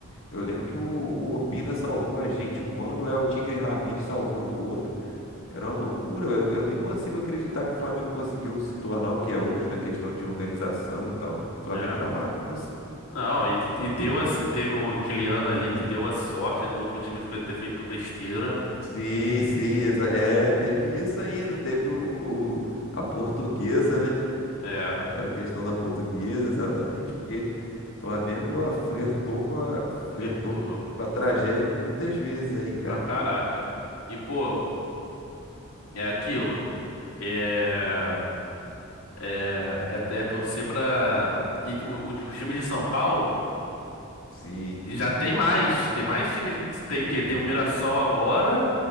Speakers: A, on the left; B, on the left.
A: Eu lembro que o, o Obina salvou a gente um ano, é o Tigre Ramírez salvou no outro. Era uma loucura. Eu, eu nem consigo acreditar que o Flamengo conseguiu se tornar o que é hoje na questão de organização e tal. O Flamengo
B: É.
A: era uma bagunça.
B: Não, e, te- e deu a, e teve o, aquele ano ali que deu a sorte do outro time ter ter feito besteira.
A: Sim, sim, exa-
B: Pô,
A: é, teve isso ainda, teve o, o- o- a portuguesa, né?
B: é,
A: Aquela questão da portuguesa, exatamente, porque o Flamengo ó, flertou com a, flertou
B: acertou
A: com, com a tragédia muitas vezes aí, cara.
B: pra caraca. E, pô, é aquilo. É, é, é, é torcer pra. E o, o, o time de São Paulo.
A: Sim,
B: E já tem mais. Tem mais times. Tem o quê? Tem o Mirassol agora